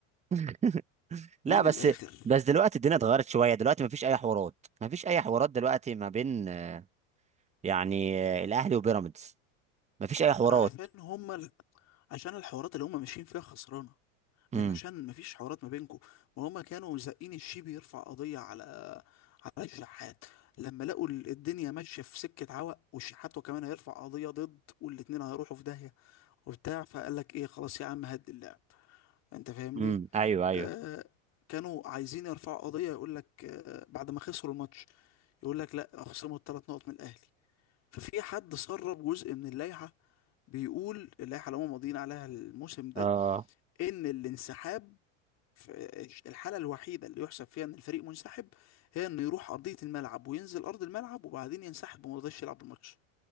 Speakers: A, on the right; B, on the left.
A: <laughs> لا
B: من
A: بس
B: الاخر
A: بس دلوقتي الدنيا اتغيرت شويه دلوقتي مفيش اي حوارات مفيش اي حوارات دلوقتي ما بين آه، يعني آه، الاهلي وبيراميدز مفيش اي حوارات
B: عشان هما عشان الحوارات اللي هم ماشيين فيها خسرانه
A: امم
B: مش عشان مفيش حوارات ما بينكم ما هم كانوا زقين الشيبي يرفع قضيه على على الشحات لما لقوا ال- الدنيا ماشيه في سكه عوق والشحات وكمان هيرفع قضيه ضد والاتنين هيروحوا في داهيه وبتاع فقال لك ايه خلاص يا عم هد اللعب انت فاهمني
A: امم ايوه ايوه
B: آه كانوا عايزين يرفعوا قضيه يقول لك آه بعد ما خسروا الماتش يقول لك لا خصموا الثلاث نقط من الاهلي ففي حد سرب جزء من اللائحه بيقول اللائحه اللي هم ماضيين عليها الموسم ده
A: اه
B: ان الانسحاب في- الحالة الوحيدة اللي يحسب فيها ان الفريق منسحب هي انه يروح ارضية الملعب وينزل ارض الملعب وبعدين ينسحب وما رضاش يلعب الماتش